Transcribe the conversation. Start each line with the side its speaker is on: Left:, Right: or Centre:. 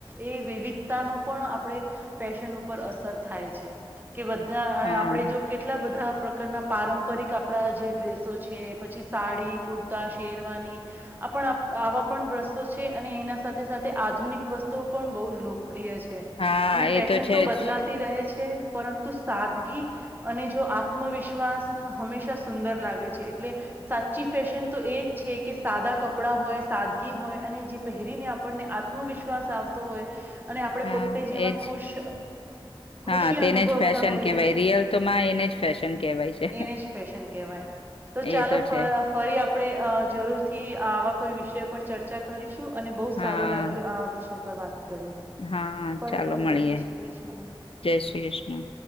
Right: એ વિવિધતા ન પણ આપણે ફેશન ઉપર અસર થાય છે. કે બધા અને
Left: હા
Right: આપડે જો કેટલા બધા પ્રકારના પારંપરિક આપણા જે ડ્રેસો છે. છે પછી સાડી કુર્તા શેરવાની આ આવા પણ વ્રસ્તોો છે અને એના સાથે સાથે આધુનિક વસ્તુ પણ બહુ જ લોક પ્રિય છે
Left: હા
Right: અને ફેશન
Left: એ છે
Right: તો બદલાતી
Left: જ
Right: રહે છે. પરંતુ સાદગી અને જો આત્મવિશ્વાસ હંમેશા સુંદર લાગે છે. એટલે સાચી ફેશન તો એજ છે કે સાદા કપડાં હોય સાદગી હોય અને જે પહેરીને આપણને આત્મવિશ્વાસ આવતો હોય અને આપણે
Left: હા
Right: પોતે જેમાં
Left: એજ.
Right: ખુશ
Left: હા
Right: ખુશી
Left: તેને
Right: અનુભવતા
Left: જ ફેશન
Right: હોઈએ
Left: કેહેવાય રિયલ તો માં એને જ ફેશન કહેવાય છે.
Right: એને જ ફેશન કહેવાય. તો ચાલો
Left: એ
Right: ફ
Left: છે
Right: ફરી આપણે અ જરૂરથી આવા કોઈ વિષય પર ચર્ચા કરીશું. શું અને બહુ
Left: હા
Right: સારું લાગ્યું આ વિષ ય પર વાત કરીને
Left: હા
Right: ફરી
Left: ચાલો મળીએ
Right: જય શ્રી કૃષ્ણ
Left: જય શ્રી કૃષ્ણ.